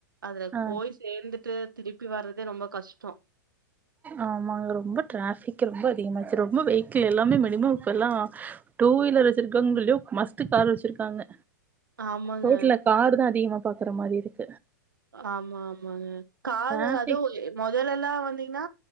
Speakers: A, on the right; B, on the right.
A: அதுல
B: ஆ
A: போய் சேர்ந்துட்டு திருப்பி வரதே ரொம்ப கஷ்டோ
B: ஆமாங்க ரொம்ப ட்ராஃபிக் ரொம்ப அதிகமாச்சு ரொம்ப வேகில் எல்லாமே மினிமம் இப்ப எல்லா டூ வீலர் வச்சிருக்கவங்களயு மஸ்ட் கார் வச்சிருக்காங்க
A: ஆமாங்க
B: ரோட்டு்ல காரு தா அதிகமா பாக்ற மாரி இருக்கு
A: ஆமா ஆமாங்க காரு
B: டிராஃபிக்
A: அதுவு மொதல்ல ல்லா வந்தீங்கன்னா